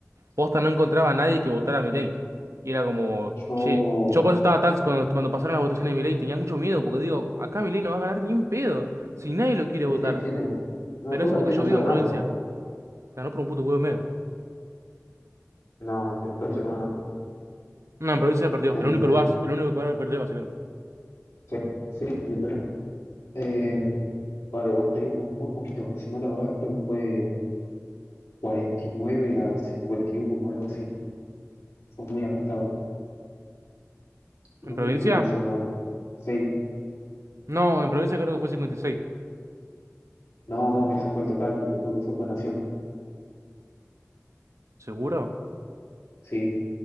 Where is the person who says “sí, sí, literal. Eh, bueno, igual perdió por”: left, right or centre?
Left